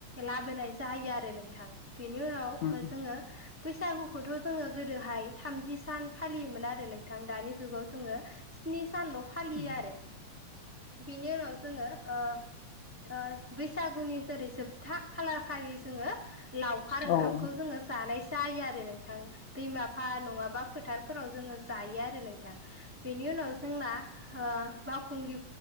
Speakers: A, in the centre; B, on the left (about 75°).
A: लाबोनाय जायो आरो नोंथां। बेनि उनाव
B: उम
A: ओ जोङो बैसागोखौथ' जोङो गोदोहाय थामजि सान फालियोमोन आरो नोंथां दानि जुगाव जोङो स्नि सानल' फालियो
B: उम
A: आरो। बिनि उनाव जोङो ओ बैसागोनि जेरै जोबथा खालार खालि जोङो लावखार ओंखामखौ
B: औ उम
A: जोङो जानायसो जायो आरो नों नोंथां दैमाफा नङाबा फोथारफोराव जोङो जायो आरो नोंथां। बेनि उनाव जोंना ओ बावखुंग्रि